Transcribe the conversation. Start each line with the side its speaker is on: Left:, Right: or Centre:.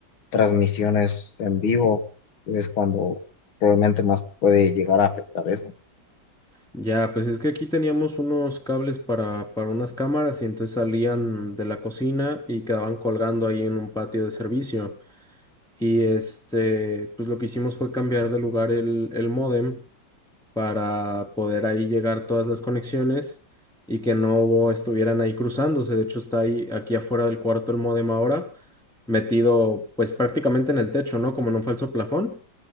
Left: transmisiones en vivo, es cuando probablemente más puede llegar a afectar eso.
Centre: Ya, pues es que aquí teníamos unos cables para, para unas cámaras y entonces salían de la cocina y quedaban colgando ahí en un patio de servicio. Y este, pues lo que hicimos fue cambiar de lugar el, el módem para poder ahí llegar todas las conexiones y que no estuvieran ahí cruzándose. De hecho, está ahí aquí afuera del cuarto el módem ahora, metido pues prácticamente en el techo, ¿no? Como en un falso plafón.